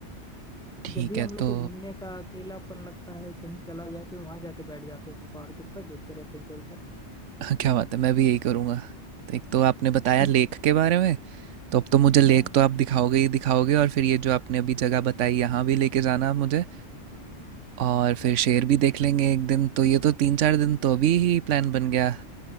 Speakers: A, on the right; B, in the centre.
A: ठीक
B: जब भी हम
A: है
B: लोग
A: तो
B: को घूमने का अकेलापन लगता है कहीं चला जाए तो वहां जाके बैठ जाते हैं पहाड़ के ऊपर देखते रहते हैं इधर उधर
A: हाँ, क्या बात है मैं भी यही करूँगा तो एक तो आपने बताया
B: <laughs>
A: लेक के बारे में तो अब तो मुझे लेक
B: हाँ,
A: तो आप दिखाओगे ही दिखाओगे और फिर ये जो आपने अभी जगह बताई यहाँ भी लेके जाना आप मुझे और फिर शेर भी देख लेंगे एक दिन तो ये तो तीन चार दिन तो अभी ही प्लान बन गया